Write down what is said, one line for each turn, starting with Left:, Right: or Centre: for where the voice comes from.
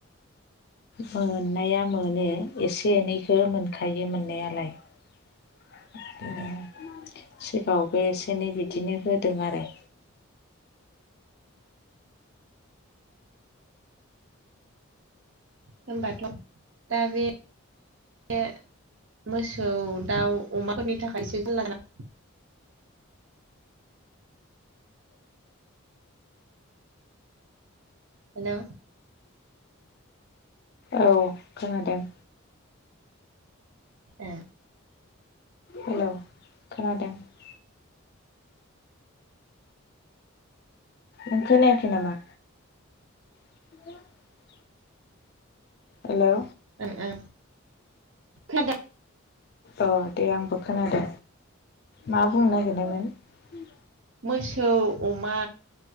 Left: मोननाया मोनो एसे एनैखो मोनखायो मोननायालाय । बिदिनो
Right: ए
Left: सिगाङावबो एसे एनै बिदिनो । दों आरो ।
Right: होमबाथ दा बे । बे मोसौ दाउ अमाफोरनि थाखायसो जाला नामा <inaudible> हेलौ
Left: औ खोनादों ।
Right: ए ।
Left: हेलौ खोनादों । नों खोनायाखै नामा? <inaudible> हेलौ
Right: ओ ओ खोनादों ।
Left: औ दे आंबो खोनादों मा बुंनो नागिरनायमोन ।
Right: मोसौ अमा